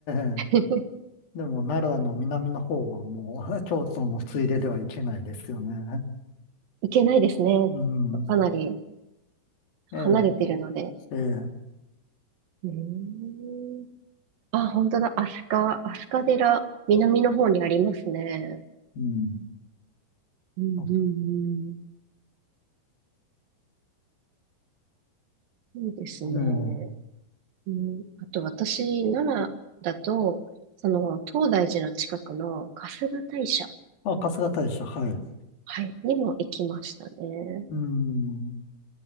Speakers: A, on the left (about 75°); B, on the right (about 70°).
A: え
B: <laughs>
A: でも、奈良の南の方はもう、<laughs> 京都のついでではいけないですよね。
B: 行けないですね。
A: うん。
B: かなり
A: ええ、
B: 離れてるので。
A: ええ、
B: うーん。あ、本当だ。飛鳥、飛鳥寺、南の方にありますね。
A: うん。
B: うんうん
A: あ、
B: うん。いいですね。
A: ええ。
B: うん、あと私、奈良だと、その、東大寺の近くの春日大社、
A: あ、春日大社、はい。
B: はい、にも行きましたね。
A: うん。